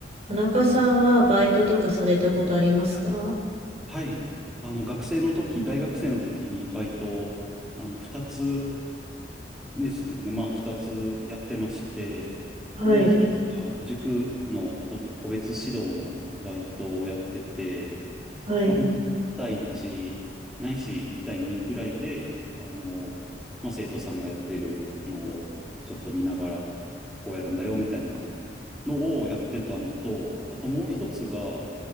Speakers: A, on the right (about 40°); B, in the centre.
A: 田中さんはバイトとかされたことありますか
B: はい。あの、学生の時、大学生の時にバイトを、あの、二つですね。まあ、二つやってまして、
A: はい、
B: で、一つが塾の個個別指導のバイトをやってて、
A: はい、
B: まあ、本当に1対1、ないし1対2ぐらいで、あの、まあ、生徒さんがやってるのをちょっと見ながら、こうやるんだよ、みたいなのをやってたのと、あともう一つが、